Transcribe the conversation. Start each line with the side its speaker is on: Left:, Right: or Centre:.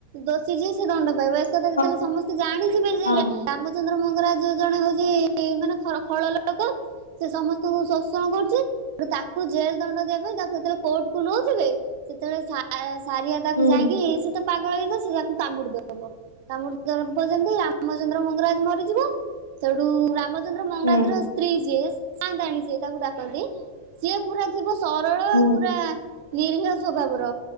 Right: ଦୋଷି ଯିଏ ସେ ଦଣ୍ଡ ପାଇବ। ଏକଥା
Left: ହୁଁ
Right: ଯେତେବେଳେ ସମସ୍ତେ ଜାଣିଯିବେ
Left: ହୁଁ
Right: ଯେରେ ରାମଚନ୍ଦ୍ର ମଙ୍ଗରାଜ ଜଣେ ହଉଛି, ମାନେ ଖ-ଖଳ ଲୋକ। ସେ ସମସ୍ତ ତୁ ଶୋଷଣ କରୁଛି। ତାକୁ ଜେଲ୍ ଦଣ୍ଡ ଦେବା ପାଇଁ ତାକୁ ଯେତେବେଳେ କୋର୍ଟ କୁ ନଉଥିବେ ସେତେବେଳେ ସା-ସାରିଆ ତାକୁ ଯାଇଁକି,
Left: ହୁଁ
Right: ସେ ତ ପାଗଳ ହେଇଁଥିବ। ସେ ତାକୁ କାମୁଡିଦବ। ହବ। <unintelligible> ରାମଚନ୍ଦ୍ର ମଙ୍ଗରାଜ ମରିଯିବ ସେଇଠୁ ରାମ ଚନ୍ଦ୍ର ମଙ୍ଗରାଜ
Left: ହୁଁ
Right: ର ସ୍ତ୍ରୀ ଯିଏ। ସାଁତାଣୀ ସିଏ ତାକୁ ଡାକନ୍ତି, ସିଏ ପୁରା ଥିବ ସରଳ
Left: ହୁଁ।
Right: ପୁରା ନିରିହ ସ୍ଵଭାବର